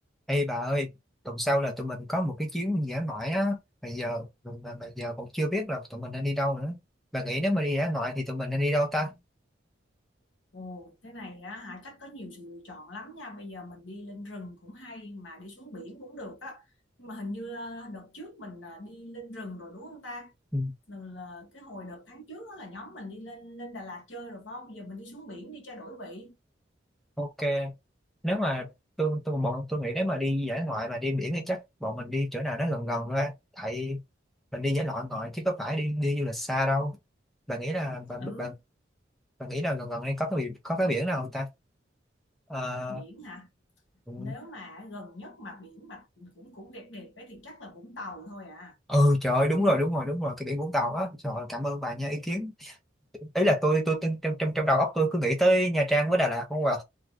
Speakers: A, in the centre; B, on the left.
A: Ê bà ơi, tuần sau là tụi mình có một cái chuyến dã ngoại á, mà giờ mà, mà giờ cũng chưa biết là tụi mình nên đi đâu nữa. Bà nghĩ nếu mà đi dã ngoại thì tụi mình nên đi đâu ta?
B: Ồ, thế này á hả chắc có nhiều sự lựa chọn lắm nha. Bây giờ mình đi lên rừng cũng hay mà đi xuống biển cũng được á. Nhưng mà hình như ờ, đợt trước mình ờ, đi lên rừng rồi đúng không ta?
A: Ừ.
B: Lần là cái hồi đợt tháng trước á là nhóm mình đi lên lên Đà Lạt chơi rồi phải không? Bây giờ mình đi xuống biển đi cho đổi vị.
A: Ok, nếu mà tôi tôi bọn tôi nghĩ nếu mà đi dã ngoại mà đi biển thì chắc bọn mình đi chỗ nào nó gần gần ra, tại mình đi dã ngoại ngoại chứ có phải đi đi du lịch xa đâu. Bà nghĩ là bà
B: Ừ,
A: bà, bà nghĩ là gần gần đây có cái biển có cái biển nào không ta? Ờ,
B: biển hả?
A: ừ,
B: Nếu mà gần nhất mà biển mà cũng cũng đẹp đẹp ấy thì chắc là Vũng Tàu thôi à.
A: ừ, trời ơi, đúng rồi đúng rồi đúng rồi cái biển Vũng Tàu á. Trời ơi, cảm ơn bà nha ý kiến ý là tôi tôi, tôi trong trong trong đầu óc tôi cứ nghĩ tới Nha Trang với Đà Lạt không à